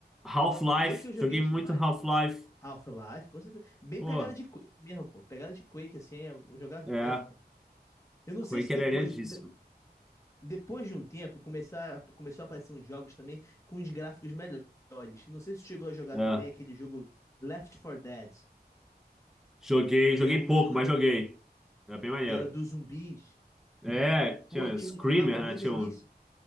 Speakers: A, in the centre; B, on the left.
A: Half-Life.
B: Quake eu joguei
A: Joguei
B: demais.
A: muito Half-Life.
B: Half-Life, com certeza. Bem
A: Pô,
B: pegada de Quake mesmo, pô. Pegada de Quake, assim, é um jogado
A: é.
B: demais, pô. Eu não sei
A: Quake
B: se depois,
A: era iradíssimo.
B: de- depois de um tempo começar, começou a aparecer uns jogos também com os gráficos melhores. Não sei se tu chegou a jogar
A: É.
B: também aquele jogo Left 4 Dead,
A: Joguei,
B: que
A: joguei
B: era um
A: pouco,
B: jogo
A: mas joguei. Era bem maneiro.
B: que era dos zumbis.
A: É, tinha
B: Pô, tinha
A: um Screamer,
B: uns mapas
A: né?
B: maneiríssimos.
A: Tinha um.